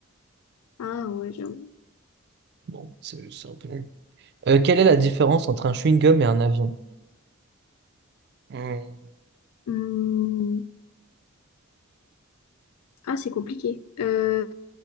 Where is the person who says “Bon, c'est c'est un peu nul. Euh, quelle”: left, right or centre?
Right